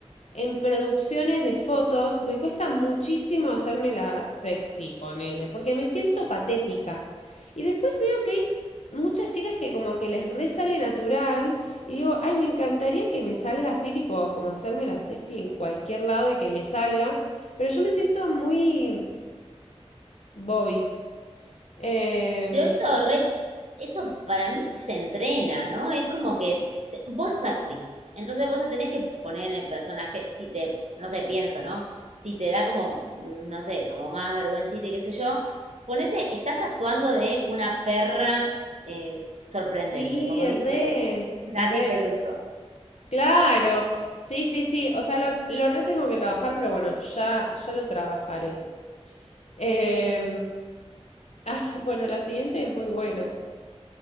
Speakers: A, on the left (about 75°); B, on the right (about 80°).
A: En producciones de fotos me cuesta muchísimo hacerme la sexy, ponele, porque me siento patética. Y después veo que hay muchas chicas que como que les resale natural y digo, ay, me encantaría que me salga así, tipo, como hacerme la sexy en cualquier lado y que me salga, pero yo me siento muy bobis. Eh,
B: Pero eso re- eso para mí se entrena, ¿no? Es como que te- vos sos actriz, entonces vos te tenés que poner en el personaje, si te, no sé, pienso, ¿no? Si te da como, mm, no sé, como más vergüencita y qué sé yo, ponete, estás actuando de una perra eh, sorprendente,
A: sí,
B: como dice
A: re,
B: <laughs> Nati
A: re.
B: Peluso.
A: Claro, sí, sí, sí, o sea, lo, lo re tengo que trabajar, pero bueno, ya, ya lo trabajaré. Eh, ay, bueno, la siguiente es muy buena.